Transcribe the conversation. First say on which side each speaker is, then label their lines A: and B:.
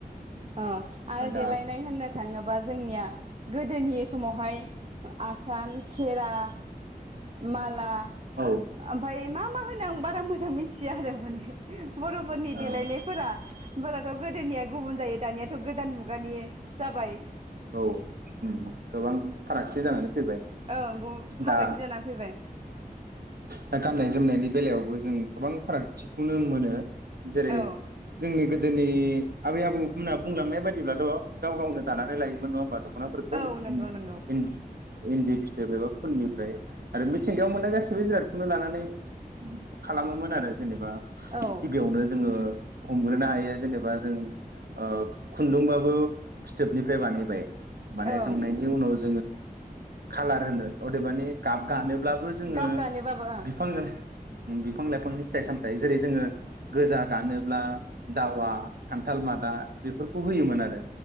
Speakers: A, on the right; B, on the right.
A: अ आरो
B: दा
A: देलायनाय होननो थाङोबा जोंनिया गोद दोनि समावहाय आसान खेरा माला
B: औ
A: ओमफाय मा मा होनो आं बारा मोजां मिथिया आरो माने बर'फोरनि देलायनायफोरा
B: ओ
A: बाराथ' गोदोनिया बुंजायो दानियाथ' गोदान मुगानि जाबाय
B: औ ओम गोबां फारागथि जानानै फैबाय
A: औ गु
B: दा
A: फारागथि जानानै फैबाय
B: दा गाननाय जोमनायनि बेलायावबो जों गोबां फारागथिखौनो मोनो। जेरै
A: औ
B: जोंनि गोद जोंनि आबै आबौमोनहा बुंलांनाय बायदिब्लाथ' गाव गावनो दानानै लायो। नङा होमबा द खनाफोरखौ
A: औ नंगौ
B: इन
A: नंगौ
B: इन इन्दि फिथोब एबा खुननिफ्राय आरो मिथिंगायाव मोननाय गासैबो जिरादखौनो लानानै खालामोमोन आरो। जेनेबा
A: औ
B: गिबियावनो जोङो हमग्रोनो हायो जेनेबा जों ओ खुन्दुंबाबो फिथोबनिफ्राय बानाय बे बानायखांनायनि
A: औ
B: उनाव जोङो खालार होनो अदेबानि गाब गानो ब्लाबो जोङो
A: गाब गानोबाबो
B: बिफां उम बिफां लाइफांनि फिथाइ सामथाइ जेरै जोङो गोजा दानोब्ला दावा खान्थाल मादा बेफोरखौ होयोमोन आरो